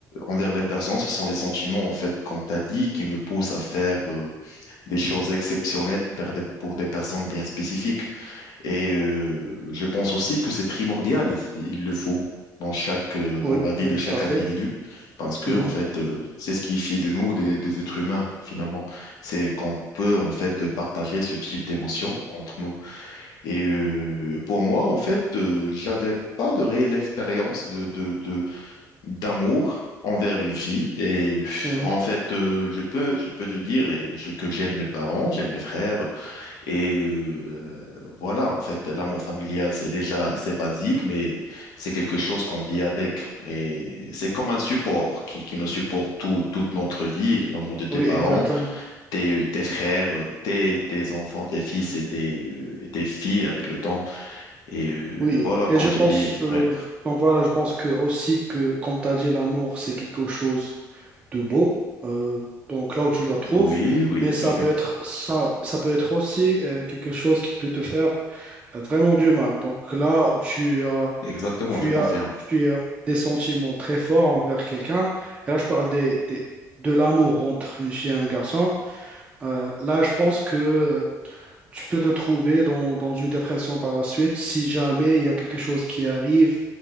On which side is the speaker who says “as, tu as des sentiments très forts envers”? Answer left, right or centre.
Right